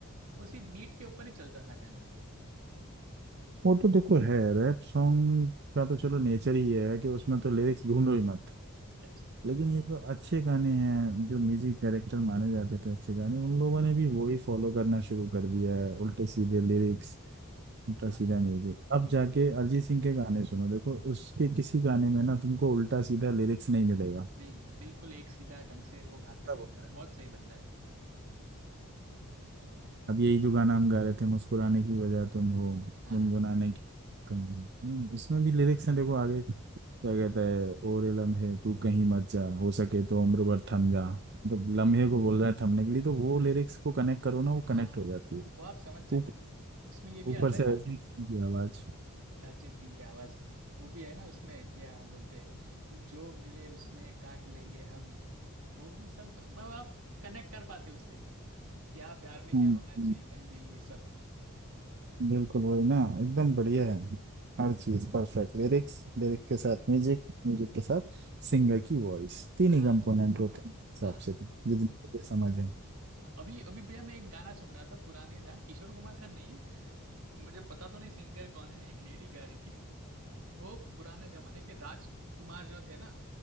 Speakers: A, on the right; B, on the right.
A: वो सिर्फ बीट के ऊपर ही चलता था गाना
B: वो तो देखो है रैप सॉन्ग का तो चलो नेचर ही है कि उसमें तो लिरिक्स ढूंढो ही मत
A: अच्छा
B: लेकिन ये जो अच्छे गाने हैं जो म्यूजिक डायरेक्टर माने जाते थे अच्छे गाने उन लोगों ने भी वही फॉलो करना शुरू कर दिया है उल्टे सीधे लिरिक्स उल्टा
A: हाँ
B: सीधा म्यूजिक अब जाके अरिजीत सिंह के गाने सुनो देखो उसके किसी गाने में ना तुमको उल्टा सीधा लिरिक्स नहीं मिलेगा
A: नहीं नहीं बिल्कुल एक सीधा ढंग से वो गाता
B: सब।
A: है बेचारा बहुत सही बंदा है
B: अब यही जो गाना हम गा रहे थे मुस्कुराने की वजह तुम हो
A: हाँ
B: गुनगुनाने की तुम हो। हम्म, इसमें भी लिरिक्स हैं देखो आगे क्या कहता है ओरे लम्हे तू कहीं मत जा हो सके तो उम्र भर थम जा मतलब लम्हे को बोल रहा है थमने के लिए तो वो लिरिक्स को कनेक्ट करो ना वो कनेक्ट
A: हाँ
B: हो जाती है
A: वो आप समझ सकते
B: ऊपर
A: हो उसमें ये भी
B: ऊपर
A: आता
B: से
A: है
B: ऐसी की आवाज
A: अरिजीत सिंह की आवाज में वो भी है ना उसमें क्या बोलते कि जो मिले उसमें काट लेंगे हम वो भी सब मतलब आप कनेक्ट कर पाते उससे क्या प्यार में
B: हम्म,
A: क्या होना चाहिए क्या नहीं ये सब
B: बिल्कुल वही ना एकदम बढ़िया है हर चीज परफेक्ट लिरिक्स लिरिक्स के साथ म्यूजिक म्यूजिक के साथ सिंगर की वॉइस तीन
A: हाँ
B: ही कंपोनेंट होते हैं इस
A: हाँ
B: हिसाब से तो जितनी मुझे समझ है
A: हाँ। अभी अभी भैया मैं एक गाना सुन रहा था पुराने था किशोर कुमार का नहीं है मुझे पता तो नहीं सिंगर कौन है एक लेडी गा रही थी वो पुराने जमाने के राजकुमार जो थे ना